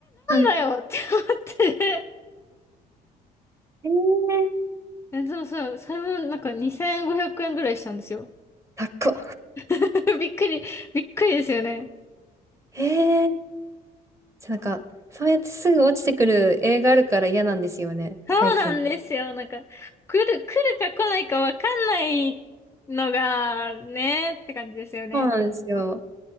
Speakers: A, on the right (about 15°); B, on the left (about 15°).
A: はい
B: なんだよって思って。
A: へえー。
B: <laughs> え、でもさ、それもなんか2500円ぐらいしたんですよ。
A: 高っこ。
B: <laughs> びっくり、びっくりですよね。
A: へえー。なんか、そうやってすぐ落ちてくる映画あるから嫌なんですよね、
B: そうなんですよ。
A: 最近。
B: なんか、来る、来るか来ないかわかんないのが、ね、って感じですよね。
A: そうなんですよ。